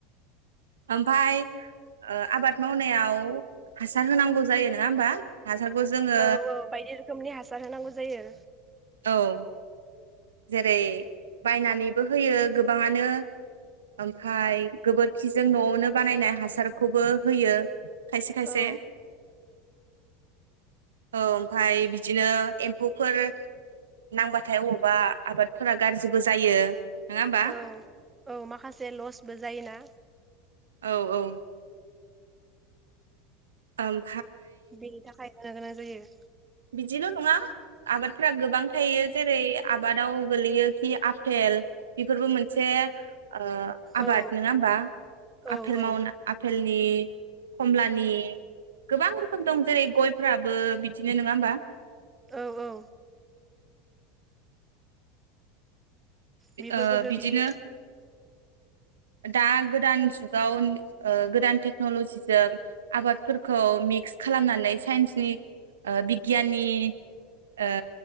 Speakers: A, on the right (about 80°); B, on the right (about 15°).
A: ओमफाय ओ आबाद मावनायाव हासार होनांगौ जायो नङा होमबा हासारखौ जोङो
B: औ औ बायदि रोखोमनि हासार होनांगौ जायो
A: औ जेरै बायनानैबो होयो गोबाङानो ओमफाय गोबोरखिजों नआवनो बानायनाय हासारखौबो होयो खायसे खायसे
B: औ
A: औ ओमफाय बिदिनो एम्फौफोर नांबाथाय अ माबा आबादफोरा गाज्रिबो जायो नोंङा होनबा
B: औ औ माखासे लसबो जायोना
A: औ औ ओम
B: बेनि थाखाय जानो गोनां जायो
A: बिदिल नङा आबादफ्रा गोबां थायो जेरै आबादाव गोलैयोखि आफेल बेफोरबो मोनसे ओ आबाद
B: औ
A: नङा होमबा
B: औ
A: आफेल
B: औ
A: मावना आफेलनि कमलानि गोबां रोखोम दं जेरै गयफ्राबो बिदि नो नोङा होमबा
B: औ औ बेफोरबो
A: ओ
B: गोग्लैयो
A: बिदिनो दा गोदान जुगाव ओ गोदान टेक्नलजिजों आबादफोरखौ मिक्स खालामनानै साइन्सनि ओ बिगियाननि ओ